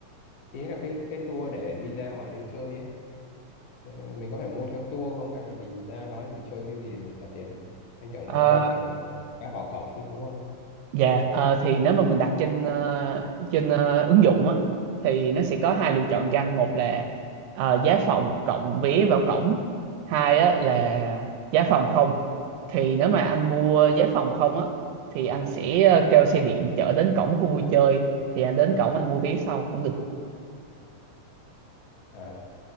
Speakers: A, on the left; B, on the right.
A: ý là cái cái tour để đi ra ngoài đấy chơi ấy Ờ, mình có phải mua theo tour không hay là mình ra đó thì mình chơi cái gì thì mình trả tiền anh tưởng
B: Ờ,
A: nó nó kiểu nó ép vào cổng chứ đúng không
B: Dạ, ờ, thì nếu mà mình đặt trên ờ, trên ờ, ứng dụng á, thì nó sẽ có hai lựa chọn cho anh. Một là ờ, giá phòng cộng vé vào cổng. Hai á, là giá phòng không. Thì nếu mà anh mua giá phòng không á, thì anh sẽ ờ, kêu xe điện chở đến cổng khu vui chơi. Thì anh đến cổng anh mua vé sau cũng được.
A: à